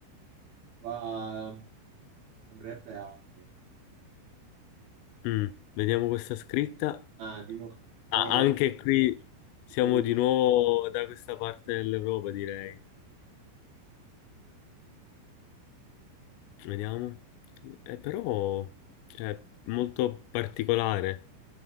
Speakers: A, on the right (about 70°); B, on the left (about 85°).
A: Qua mi sembrerebbe Asia.
B: Mm, vediamo questa scritta.
A: Ah, di nuovo.
B: Ah,
A: Oh,
B: anche qui siamo
A: tipo Russia.
B: di nuovo da questa parte dell'Europa, direi.
A: Eh, eh.
B: Vediamo. Eh, però è molto particolare.